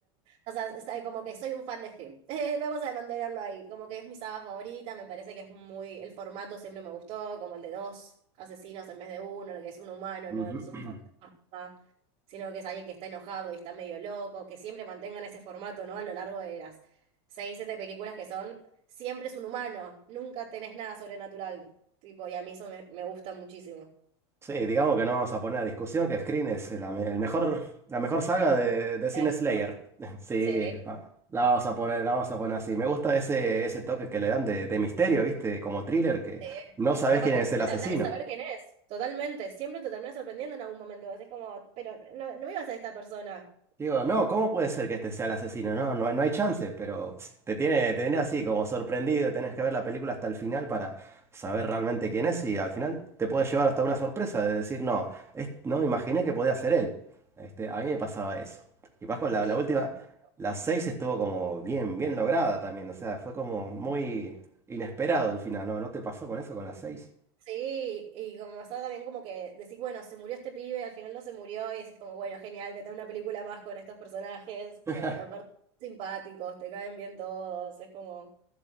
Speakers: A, on the right; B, on the right.
A: O sea, es- eh, como que soy un fan de Scream. <laughs> Eh, Vamos a mantenerlo ahí. Como que es mi saga favorita, me parece que es muy... El formato siempre me gustó, como el de dos asesinos en vez de uno, el que es un humano,
B: Ujú.
A: no es un
B: <clears throat>
A: fantasma, sino que es alguien que está enojado y está medio loco, que siempre mantengan ese formato, ¿no? A lo largo de las seis, siete películas que son, siempre es un humano, nunca tenés nada sobrenatural. Tipo, y a mí eso me, me gusta muchísimo.
B: Sí, digamos que no vamos a poner a discusión que Scream es la, me- el mejor, la mejor saga de, de Sin
A: Em,
B: Slayer. <laughs> Sí,
A: Sí,
B: va- la vamos a poner, la vamos a poner así. Me gusta ese, ese toque que le dan de, de misterio, ¿viste? Como thriller, que
A: sí.
B: no sabes
A: Y aparte,
B: quién es el
A: nunca
B: asesino.
A: terminás de saber quién es. Totalmente, siempre te terminas sorprendiendo en algún momento. Así es como, pero no, no ibas a esta persona.
B: Digo, no, ¿cómo puede ser que este sea el asesino? No, no, no hay chance, pero pss, te tiene, te tiene así como sorprendido, tenés que ver la película hasta el final para saber realmente quién es y al final te puede llevar hasta una sorpresa de decir, no, es- no me imaginé que podía ser él. Este, a mí me pasaba eso. Y Vasco, la,
A: Sí,
B: la última,
A: totalmente.
B: la 6 estuvo como bien, bien lograda también, o sea, fue como muy inesperado el final, ¿no? ¿No te pasó con eso, con la seis,
A: sí, y como está también como que decís, bueno, se murió este pibe, al final no se murió, y decís como, bueno, genial, vete a una película más con estos personajes,
B: <laughs>
A: que aparte son simpáticos, te caen bien todos, es como...